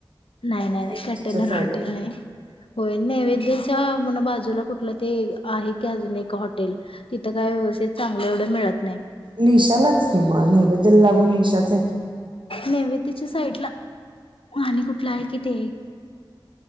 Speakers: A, on the left; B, on the right.
A: नाही नाही
B: मिरचीच्या
A: कंटेनर
B: साईडला
A: हॉटेल नाही. होय नैवेदयच्या म्हण बाज- तुला कुठलं ते आहे की अजून एक हॉटेल. तिथं काई व्यवस्थित चांगलं एवढं मिळत नाही.
B: निशालाच म नैवेदयला लागून निशाच-
A: नैवेदयच्या साईडला- आणि कुठलं आहे कि ते